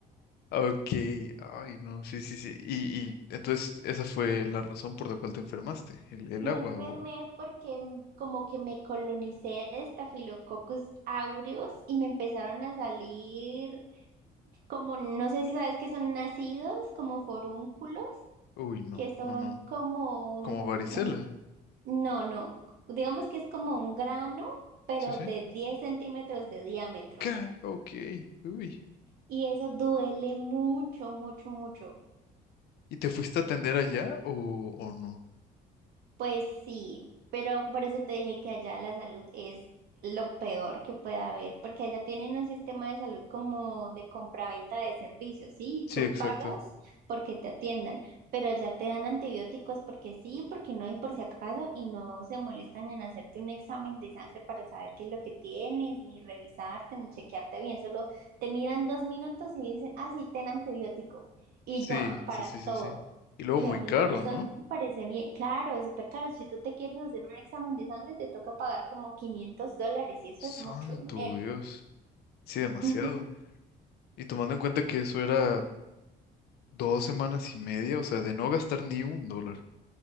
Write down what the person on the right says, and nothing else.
Me
enfermé
porque mm, como que me colonicé de Staphylococcus aureus y me empezaron a salir como, no sé si sabes que son nacidos, como forúnculos,
que son
como
un,
un- no, no, digamos que es como un grano, pero
de 10 centímetros de diámetro.
Y eso duele mucho, mucho, mucho.
Pues sí, pero por eso te dije que allá la salud es lo peor que puede haber, porque allá tienen un sistema de salud como de compraventa de servicios, ¿sí?
Tú
pagas porque te atiendan, pero allá te dan antibióticos porque sí, porque no y por si acaso, y no se molestan en hacerte un examen de sangre para saber qué es lo que tienes, ni revisarte, ni chequearte bien, solo te miran dos minutos y dicen, ah, sí, ten antibiótico, y
ya, para
todo.
Y
a mí
eso
no me parece bien. Claro, es súper caro. Si tú te quieres hacer un examen de sangre, te toca pagar como quinientos dólares y eso
es mucho dinero.
Ujú.